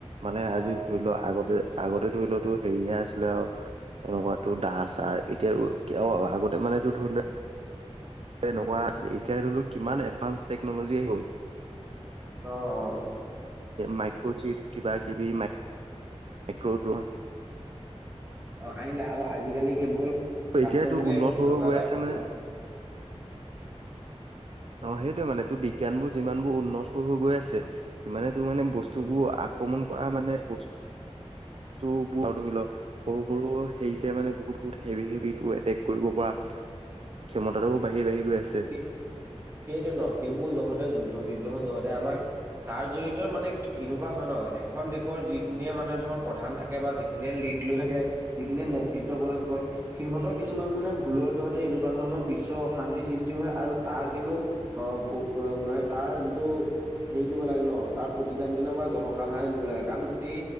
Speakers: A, on the right; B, on the right.
A: মানে
B: অ',
A: আজি ধৰি লোৱা আগতে আগতে ধৰি লোৱাতো হেৰিহে আছিলে আৰু এনেকুৱাতো দাহ চাহ এতিয়া ক আগতে মানেটো ধৰি লোৱা
B: <unintelligible>
A: তেনেকুৱা আছিল এতিয়া ধৰিলও কিমান এডভা্স টেকন'লজি হ'ল
B: অ', অ',
A: মাইক্ৰ'চিপ কিবা কিবি মক্ৰ'ড <inaudible>
B: অ আহিলে আৰু আজিকালি কেৱল ৰাষ্ট্ৰৰ
A: এতিয়াতো
B: পোকে
A: উন্নত হৈ
B: এনেকুৱা
A: হৈ গৈ
B: এটা
A: আছে মানে অ সেইটোৱে মানে তোৰ বিজ্ঞান বোৰ যিমান বোৰ উন্নত কৰিব গৈ আছে সিমানে তোৰ মানে বস্তুবোৰ
B: অ',
A: আক্ৰমণ কৰা মানে বস্তু ত ধৰি ল সৰু সৰু হেৰিতে মানে বহুত বহুত খেভি খেবি তোৰ এটেক কৰিব পৰা ক্ষমতাটোও বাঢ়ি বাঢ়ি গৈ আছে
B: এই সেইটোৱে ন সেইবোৰ যহতে যুদ্ধ বিগ্ৰহ যহতে আমাৰ তাৰ জৰিয়তে মানে এনেকুৱা হয় ন এখন দেশৰ যিখিনিয়ে মানে ধৰ প্ৰধান থাকে বা যিখিনিয়ে লিড লৈ থাকে যিখিনিয়ে নেতৃত্ব প্ৰদান কৰে সিহঁতৰ কিছুমান মানে ভুলৰ জগতে এনেকুৱা ধৰণৰ বিশ্ব অশান্তিৃষ্ট সৃষ্টি হয় আৰু তাৰ কিন্তু অ মানে তাৰ যিটো হেৰি দিব লাগে ন তাৰ প্ৰতিদান কিন্তু আমাৰ জন সাধাৰণে দিব লাগে কাৰণ গোটেই